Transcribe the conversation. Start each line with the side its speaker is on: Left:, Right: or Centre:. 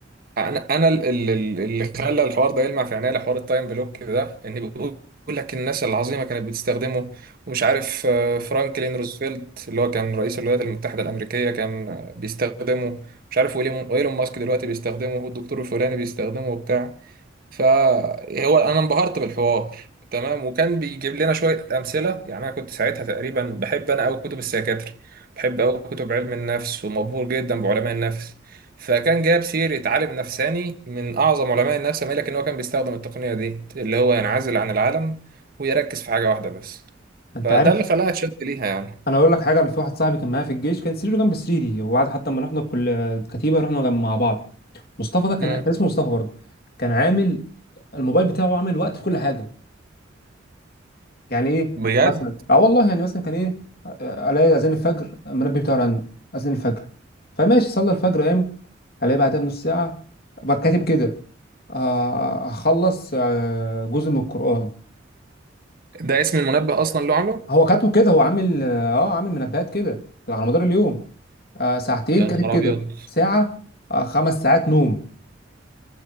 Right: انا انا ال- ال- ال- اللي خلى الحوار ده يلمع في عينيا حوار التايم بلوك ده ان بيقول لك الناس العظيمه كانت بتستخدمه ومش عارف آه، فرانكلين روزفلت اللي هو كان رئيس الولايات المتحده الامريكيه كان آه، بيستخدمه مش عارف ويليام- وايلون ماسك دلوقتي بيستخدمه والدكتور الفلاني بيستخدمه وبتاع فهو انا انبهرت بالحوار تمام وكان بيجيب لنا شويه امثله يعني انا كنت ساعتها تقريبا بحب انا قوي كتب السيكاتري بحب قوي كتب علم النفس ومبهور جدا بعلماء النفس فكان جاب سيره عالم نفساني من اعظم علماء النفس ما لكن هو كان بيستخدم التقنيه دي اللي هو ينعزل عن العالم ويركز في حاجه واحده بس
Left: انت
Right: فده
Left: عارف
Right: اللي خلاها اتشد ليها يعني
Left: انا اقول لك حاجه انا في واحد صاحبي كان معايا في الجيش كان سريره جنب سريري وبعد حتى ما رحنا كل كتيبه رحنا جنب مع بعض مصطفى ده كان
Right: مم.
Left: كان اسمه مصطفى برضه كان عامل الموبايل بتاعه عامل وقت لكل حاجه يعني ايه
Right: بجد
Left: مثلا اه والله يعني مثلا كان ايه آه، الاقي اذان الفجر المنبه بتاعه رن اذان الفجر فماشي صلى الفجر قام الاقي بعدها بنص ساعه بقى كاتب كده آه، هخلص آه، جزء من القران
Right: ده اسم المنبه اصلا اللي عامله
Left: هو كاتبه كده هو عامل اه عامل منبهات كده على مدار اليوم آه ساعتين
Right: يا
Left: كاتب
Right: نهار
Left: كده
Right: ابيض
Left: ساعة آه خمس ساعات نوم